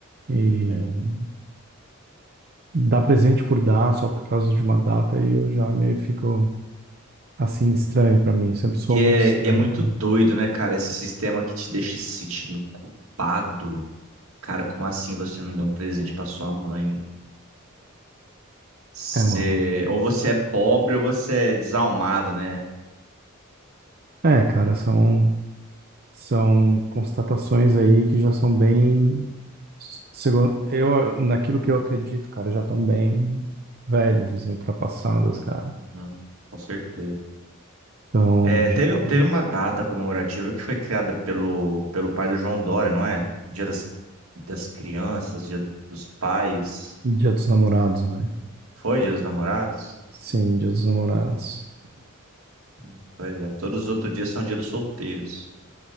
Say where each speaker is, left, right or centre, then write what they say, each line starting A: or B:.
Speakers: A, on the right; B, on the right.
A: E
B: é.
A: dar presente por dar, só por causa de uma data, aí eu já meio fico, assim, estranho para mim. Sempre sou
B: E é,
A: muito estranho,
B: é muito
A: cara.
B: doido, né, cara? Esse sistema que te deixa se sentindo culpado. Cara, como assim você não deu um presente pra sua mãe? Você,
A: É, mano.
B: ou você é pobre ou você é desalmado, né?
A: É, cara, são, são constatações aí que já são bem. Segundo, eu, naquilo que eu acredito, cara, já estão bem velhas, assim, ultrapassadas, cara.
B: Uhum, com certeza.
A: Então,
B: É,
A: tipo,
B: teve, teve uma data comemorativa que foi criada pelo, pelo pai do João Dória, não é? Dia das, das crianças, dia do- dos pais.
A: Dia dos Namorados, velho.
B: Foi dia dos namorados?
A: Sim, Dia dos Namorados.
B: Hum, Pois é. Todos os outros dias são dia dos solteiros.